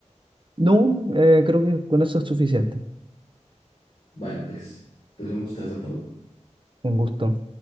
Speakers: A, on the right; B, on the left.
A: No, eh, creo que con eso es suficiente.
B: Vale, pues, pues un gustazo, Pau.
A: Un gusto.